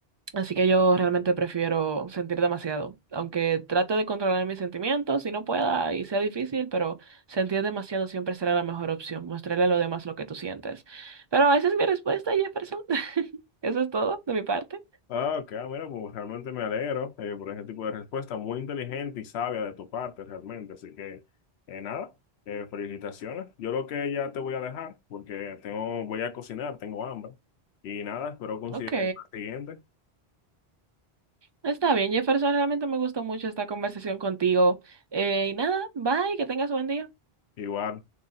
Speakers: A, on the right (about 45°); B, on the left (about 85°).
A: Así que yo realmente prefiero sentir demasiado, aunque trato de controlar mis sentimientos si no pueda y sea difícil, pero sentir demasiado siempre será la mejor opción, mostrarle a los demás lo que tú sientes Pero esa es mi respuesta, Jefferson. <laughs> Eso es todo de mi parte.
B: Ah, ok, ah, mira, pues realmente me alegro eh, por ese tipo de respuesta, muy inteligente y sabia de tu parte, realmente. Así que, eh, nada, eh, felicitaciones. Yo creo que ya te voy a dejar porque tengo, voy a cocinar, tengo hambre. Y nada, espero coincidir
A: Ok.
B: en la siguiente.
A: Está bien, Jefferson, realmente me gustó mucho esta conversación contigo. Eh, y nada, bye, que tengas buen día.
B: Igual.